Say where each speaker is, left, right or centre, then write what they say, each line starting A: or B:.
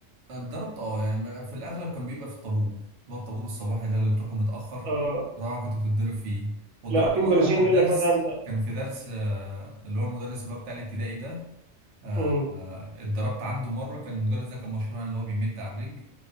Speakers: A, on the right (about 65°); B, on the right (about 85°).
A: اتدربت اه يعني بقى في الاغلب كان بيبقى في الطابور اللي هو الطابور الصباحي ده اللي بتروحه متاخر
B: آه
A: طبعا كنت بتتضرب فيه واتضربت
B: لا في
A: مره
B: مدرسين
A: واحده
B: يقول
A: في درس
B: لك مثلا انت
A: كان في درس آه، اللي هو المدرس اللي هو بتاع الابتدائي ده آه،
B: امم
A: آه، اتضربت عنده مره كان المدرس ده كان مشهور عن اللي هو بيمد على الرجل